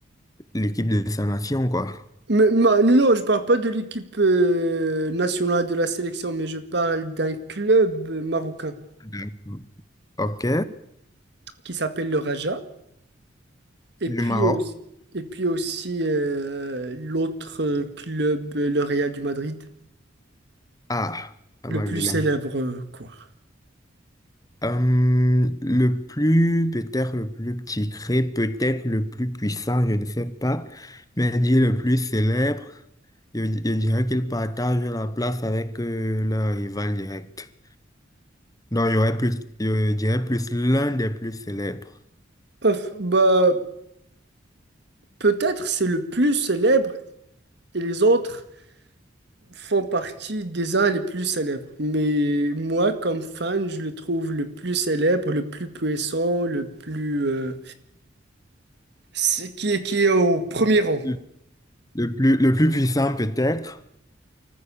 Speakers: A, on the left; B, on the right.
A: l'équipe de sa nation, quoi.
B: Mais, ma- non, je parle pas de l'équipe euh, nationale de la sélection, mais je parle d'un club marocain
A: D'accord. OK.
B: qui s'appelle le Raja. Et
A: Du
B: puis
A: Maroc.
B: aussi, et puis aussi euh, l'autre euh, club, euh, le Real du Madrid,
A: Ah, la
B: le
A: Magdalene.
B: plus célèbre, euh, quoi.
A: Euh, le plus, peut-être le plus petit cré, peut-être le plus puissant, je ne sais pas, mais dit le plus célèbre, je, je dirais qu'il partage la place avec euh, leur rival direct. Non, il y aurait plus, je dirais plus l'un des plus célèbres.
B: Ouf, bah, peut-être c'est le plus célèbre et les autres font partie des uns les plus célèbres. Mais moi, comme fan, je le trouve le plus célèbre, le plus puissant, le plus... euh, C'est- qui est, qui est au premier rang.
A: Le, le plus, le plus puissant peut-être,